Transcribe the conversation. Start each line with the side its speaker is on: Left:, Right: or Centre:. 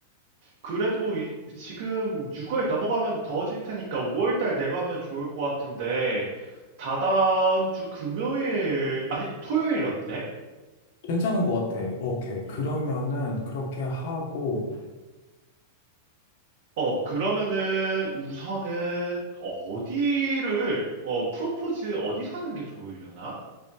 Right: 그래도 이- 지금 6월 넘어가면 더워질 테니까 5월 달 내로 하면 좋을 것 같은데, 다다음 주 금요일, 아니, 토요일 어때?
Left: 괜찮은 것 같아. 오케이. 그러면은
Right: 음.
Left: 그렇게 하고
Right: 어, 그러면은 우선은 어디를, 어, 프로포즈 어디서 하는 게 좋으려나?